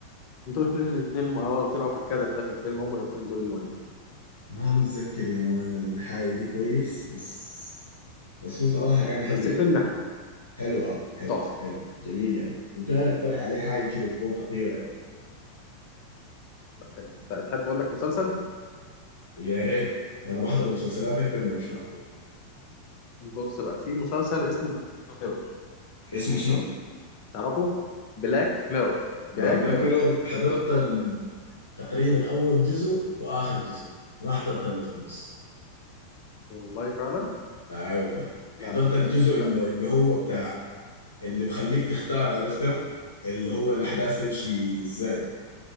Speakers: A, on the left; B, on the left.
A: دول الاثنين اه طلعوا في الكادر ده في الفيلم هما الاثنين دول المؤلفين
B: ما متذكر يا مان الحاجة دي كويس بس بس هو صراحة كان حلو
A: بس
B: يعني
A: الفيلم حلو
B: حلو اه حلو
A: تحفه
B: حلو جميل يعني وكان اقترح عليه حاجة كده تكون خطيرة يعني
A: لا حلو طيب، تحب اقول لك مسلسل
B: يا ريت انا بحضر مسلسلات اكتر من افلام طبعا
A: بص بقى في مسلسل اسمه ميرور
B: اسمه شنو؟
A: تعرفه بلاك ميرور بلاك
B: بلاك
A: ميرور
B: ميرور حضرت ال... تقريبا اول جزء واخر جزء ما حضرت اللي في النص
A: والله فعلا
B: اي والله حضرت
A: لا
B: الجزء
A: لا
B: اللي
A: ده
B: اللي هو بتاع اللي بخليك تختار عرفته اللي هو الاحداث تمشي ازاي